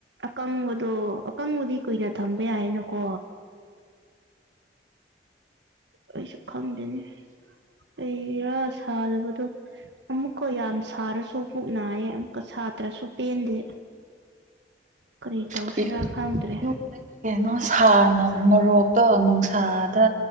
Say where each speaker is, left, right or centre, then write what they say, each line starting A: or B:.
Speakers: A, on the right; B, on the right.
A: ꯑꯀꯪꯕꯗꯣ ꯑꯀꯪꯕꯗꯤ ꯀꯨꯏꯅ ꯊꯝꯕ ꯌꯥꯏꯅꯀꯣ ꯑꯩꯁꯨ ꯈꯪꯗ꯭ꯔꯦꯅꯦ ꯀꯩꯒꯤꯔꯥ ꯁꯥꯗꯕꯗꯣ ꯑꯃꯨꯛꯀ ꯌꯥꯝ ꯁꯥꯔꯁꯨ ꯄꯨꯛ ꯅꯥꯏꯌꯦ ꯑꯃꯨꯛꯀ ꯁꯥꯇ꯭ꯔꯁꯨ ꯄꯦꯟꯗꯦ ꯀꯔꯤ ꯇꯧꯁꯤꯔꯥ
B: <unintelligible>
A: ꯈꯪꯗ꯭ꯔꯦ
B: ꯀꯩꯅꯣ ꯁꯥꯔꯅ ꯃꯣꯔꯣꯛꯇꯣ ꯅꯨꯡꯁꯥꯗ